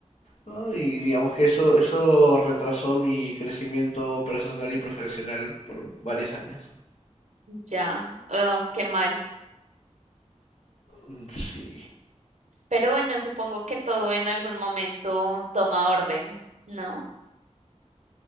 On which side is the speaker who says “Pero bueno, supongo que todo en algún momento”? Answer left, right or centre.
Right